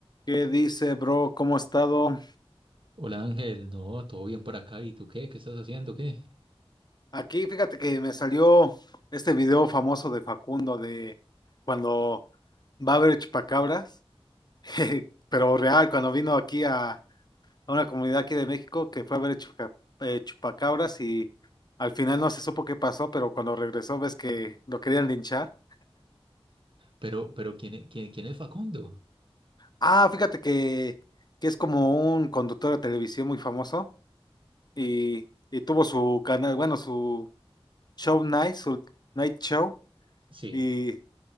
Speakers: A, on the left; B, on the right.
A: ¿Qué dice, bro? ¿Cómo ha estado?
B: Hola Ángel, no, todo bien por acá. ¿Y tú qué? ¿Qué estás haciendo? ¿Qué?
A: Aquí, fíjate que me salió este video famoso de Facundo de cuando va a haber chupacabras, <laughs> jeje, pero real, cuando vino aquí a, a una comunidad aquí de México que fue a ver chuca- eh, chupacabras y al final no se supo qué pasó, pero cuando regresó ves que lo querían linchar.
B: Pero, pero ¿quién, e- quién, quién es Facundo?
A: Ah, fíjate que, que es como un conductor de televisión muy famoso y, y tuvo su canal, bueno, su show night, su night show.
B: Sí,
A: Y,